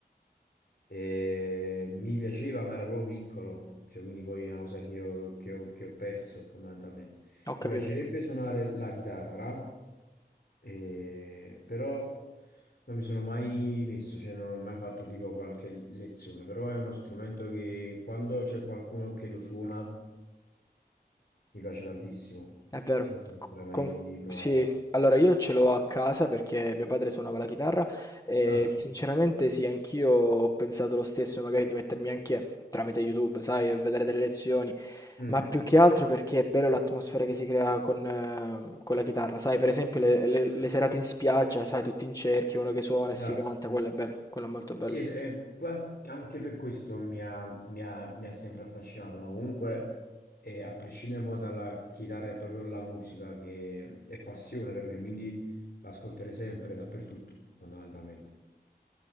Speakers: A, on the left; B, on the left.
A: E mi piaceva, ma era proprio piccolo, cioè quindi poi è una cosa che ho, che ho- che ho perso fondamentalmente.
B: Ho capito,
A: Mi piacerebbe suonare la chitarra, eh, però non mi sono mai messo, cioè non ho mai fatto tipo qualche lezione, però è uno strumento che quando c'è qualcuno che lo suona mi piace tantissimo.
B: è vero.
A: Non so se
B: Co-
A: tu l'hai mai
B: con-
A: provata.
B: sì, s- allora io ce l'ho a casa perché mio padre suonava la chitarra e
A: Ah,
B: sinceramente sì, anch'io ho pensato lo stesso, magari di mettermi anche tramite YouTube, sai, a vedere delle lezioni,
A: mm,
B: ma più che altro perché è bello l'atmosfera che si crea con, ehm, con la chitarra, sai, per esempio le, le- le serate in spiaggia, sai, tutti in cerchio, uno che suona
A: esatto.
B: e si canta, quello è bello, quello è molto bello.
A: Sì, es- eh, poi an- anche per questo mi ha, mi ha- mi ha sempre affascinato, ma comunque eh, a prescindere mo dalla chitarra è proprio la musica che è passione per me, quindi l'ascolterei sempre dappertutto, fondamentalmente.